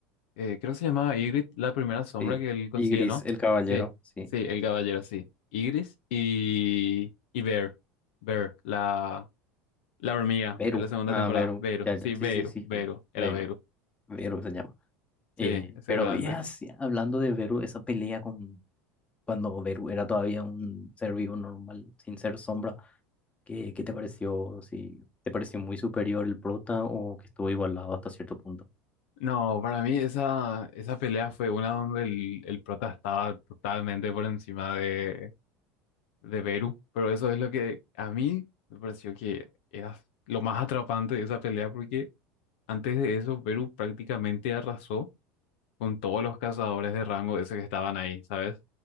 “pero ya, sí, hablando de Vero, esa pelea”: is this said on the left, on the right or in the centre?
Left